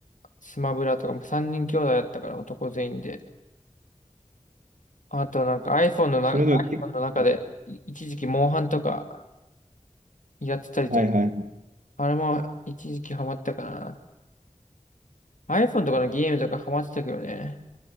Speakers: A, on the left (about 75°); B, on the right (about 85°).
A: スマブラとか、3人兄弟だったから男全員で。あとなんか iPhone のな、
B: それでも結構、
A: iPhone の中でい一時期モンハンとかやってたりとか
B: はいはいはい。
A: あれも一時期ハマったかな。iPhone とかのゲームとかハマってたけどね。